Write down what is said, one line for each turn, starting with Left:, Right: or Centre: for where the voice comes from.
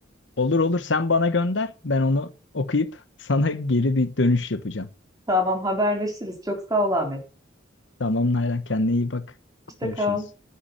Left: Olur olur sen bana gönder. Ben onu okuyup <laughs> sana geri bir dönüş yapacağım.
Right: Tamam haberleşiriz. Çok sağ ol Ahmet.
Left: Tamam Nalan kendine iyi bak.
Right: Hoşça
Left: Görüşürüz.
Right: kal.